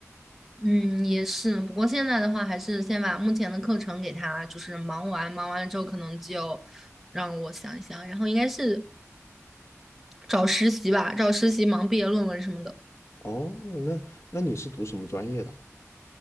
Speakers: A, in the centre; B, on the left (about 65°).
A: 嗯，也是，不过现在的话，还是先把目前的课程给他，就是忙完，忙完了之后，可能就让我想一想，然后应该是找实习吧，找实习忙毕业论文什么的。
B: 哦，那那你是读什么专业的？